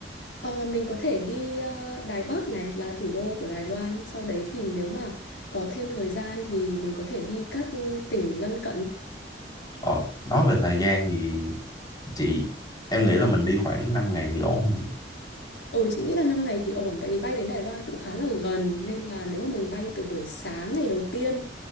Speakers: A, on the left (about 85°); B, on the left (about 20°).
A: Ờ, mình có thể đi ờ, Đài Bắc này là thủ đô của Đài Loan. Sau đấy thì nếu mà có thêm thời gian thì mình có thể đi các ừ, tỉnh lân cận
B: ờ, nói về thời gian thì chị em nghĩ là mình đi khoảng 5 ngày thì ổn không chị
A: Ừ chị nghĩ là 5 ngày thì ổn tại vì bay đến Đài Loan cũng khá là gần nên là nếu mà mình bay từ buổi sáng ngày đầu tiên